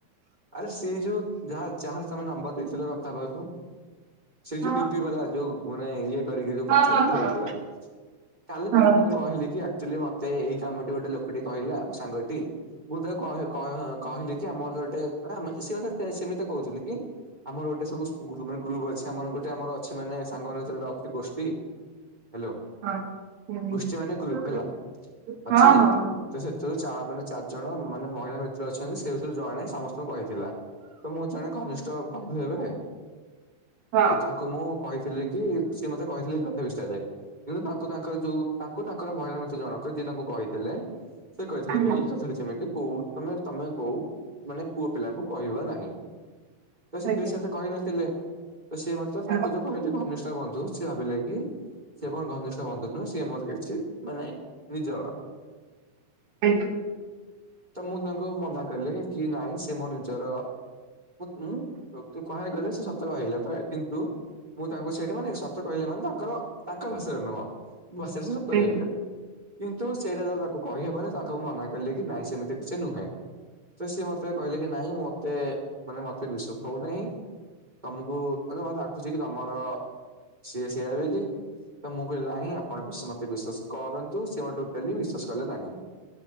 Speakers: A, on the right; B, on the right.
A: ଆରେ ସେ ଯୋଉ ଯାହା ଯାହାର ତମେ ନମ୍ବର ଦେଇଥିଲ କଥା ହବାକୁ। ସେ ଯଉ
B: ହଁ
A: ଡି ପି ବାଲା ଯୋଉ ମାନେ ଇଏ କରିକି ଯୋଉ
B: ହଁ
A: ପଛରେ
B: ହଁ
A: ଠିଆହେଇଥିଲା
B: ହଁ
A: କାଲି
B: ହଁ
A: ତାକୁ ମୁଁ କହିଲି କି ଆକଚୁଲି ମ ମତେ ଏଇ କାମଟି ଗୋଟେ ଲୋକଟି କହିଲା ସାଙ୍ଗଟି ମୁଁ ତାକୁ କହେ କହେ କହିଲି କି ଆମର ଗୋଟେ ମାନେ ସେ ମତେ ସେମିତ କରୁଛନ୍ତି କି? ଆମର ଗୋଟେ ସବୁ ସ୍କୁ କୁ ରୁ ମାନେ ଗ୍ରୁପ ଅଛି ଆମର ଗୋଟେ ଆମର ଅଛି ମାନେ ସାଙ୍ଗ ମାନଙ୍କ ଭିତରେ ଅତି ଗୋଷ୍ଠୀ ହ୍ୟାଲୋ
B: ହଁ।
A: ଗୋଷ୍ଠୀ ମାନେ ଗ୍ରୁପ
B: ହୁଁ।
A: ହେଲା ଅଛି।
B: ହଁ ହଁ।
A: ତ ସେଥିରୁ ଚା ମାନେ ଚାରି ଜଣ ମାନେ ମହିଳା ମିତ୍ର ଅଛନ୍ତି ସେ ହେଉଛନ୍ତି ଜଣେ ସମସ୍ତଙ୍କୁ କହିଥିଲା। ତ ମୁଁ ଜଣେ ଘନିଷ୍ଠ ବନ୍ଧୁ ହେବେ
B: ହଁ
A: ତ ତା ମୁଁ କହିଥିଲି କି ସିଏ ମତେ କହିଥିଲେ ଏଇ କଥା ବିଷୟରେ। କିନ୍ତୁ ତାଙ୍କୁ ତାଙ୍କର ଯୋଉ ତାଙ୍କୁ ତାଙ୍କର ମହିଳା ମିତ୍ର ଜଣଙ୍କ ଯିଏ ତାଙ୍କୁ କହିଥିଲେ। ସେ କହିଥିଲେ
B: ଆଜ୍ଞା
A: କି ଏଇ କଥାଟା ଯେମିତି କହୁ ତମେ ତମେ କହୁ ମାନେ ପୁଅ ପିଲାଙ୍କୁ କହିବା ନାହିଁ ତ ସେଥିରେ
B: ଆଜ୍ଞା
A: ସେ ମତେ କହିନଥିଲେ। ତ ସିଏ ମତ
B: ଆଜ୍ଞା
A: ତାଙ୍କୁ ଯୋଉ କହିଲେ ଘନିଷ୍ଠ ବନ୍ଧୁ ସିଏ ଭାବିଲେ କି ସେ ମର ଘନିଷ୍ଠ ବନ୍ଧୁ ନୁହଁ ସିଏ ମର କିଛି ମାନେ ନିଜର।
B: ଆଇଲୁ।
A: ତ ମୁଁ ତାଙ୍କୁ ମନା କଲେ କି ନାଇଁ ସେ ମୋ ନିଜର। ବଟ ମୁଁ ମୁଁ <unintelligible> କହିବାକୁ ଗଲେ ସେ ସତ ଭାବିଲା ପ୍ରାୟ କି ତୁ ମୁଁ ତାଙ୍କୁ ସେଇଟା ମାନେ ସତ କହିଲେ ମାନେ ତାଙ୍କର ତାଙ୍କ ଭାଷାରେ ନୁହଁ <unintelligible>
B: ଆଜ୍ଞା
A: କରାଇଲେ କିନ୍ତୁ ସେଇଟା ଯୋଉ ତାକୁ କହିହବ ନା ତାଙ୍କୁ ମନା କିଲେ କି ନାଇଁ ସେମିତି କିଛି ନୁହେଁ ତ ସିଏ ମତେ କହିଲେ କି ନାଇଁ ମତେ ମାନେ ମତେ ବିଶ୍ଵାସ ହଉନାହିଁ। ତମକୁ ମାନେ ମତେ ଲାଗୁଚି କି ତମର ସିଏ ସେୟା ବେଲି। ତ ମୁଁ କହିଲି ନାହିଁ ଆପଣ ମତେ ବିଶ୍ୱାସ କରନ୍ତୁ ସେ ମତେ ଟୋଟାଲି ବିଶ୍ୱାସ କଲେ ନାହିଁ।